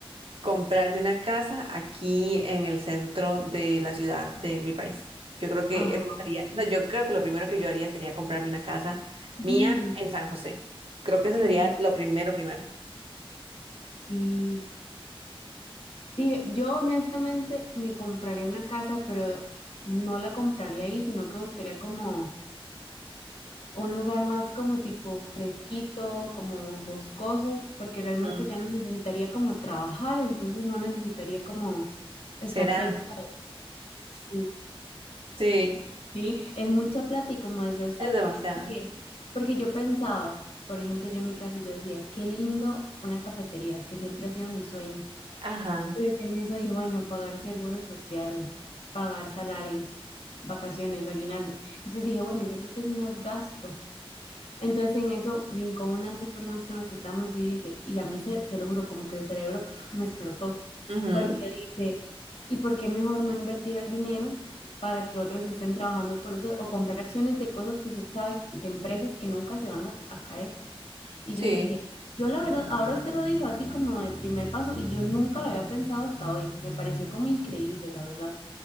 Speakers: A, on the right (about 65°); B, on the left (about 75°).
A: comprarme una casa aquí en el centro de la ciudad de mi país. Yo creo que
B: Ajá.
A: eso sería, o sea, yo creo que lo primero que yo haría sería comprarme una casa
B: Mm.
A: mía en San José. Creo que eso
B: Ujú.
A: sería lo primero, primero.
B: Sí, sí, yo honestamente me compraría una casa, pero no la compraría ahí, sino que buscaría como un lugar más como tipo fresquito, como boscoso, porque realmente
A: Ujú.
B: ya no necesitaría como trabajar, entonces no necesitaría como estar
A: ¿Será?
B: cerca de... Sí,
A: Sí,
B: sí, es mucha plata y como decía usted,
A: es demasiado.
B: porque, porque yo pensaba, por ejemplo, yo en mi caso, yo decía, qué lindo una cafetería, que siempre ha sido mi sueño.
A: Ajá.
B: Pero ya en eso dije, bueno, pagar seguro social, pagar salarios, vacaciones, aguinaldos. Entonces dije, bueno, yo creo que es más gasto. Entonces en eso brincó una de esas personas con las que estamos y dice, y a mí se, se lo juro, como que el cerebro pf, me explotó,
A: Ujú,
B: porque dice, ¿y por qué mejor no invertir el dinero para que otros estén trabajando por usted o comprar acciones de cosas que usted sabe, de empresas que nunca se van a a caer? Y
A: Sí.
B: yo dije, yo la verdad, ahora usted lo dijo así como de primer paso y yo nunca lo había pensado hasta hoy. Me pareció como increíble, la verdad.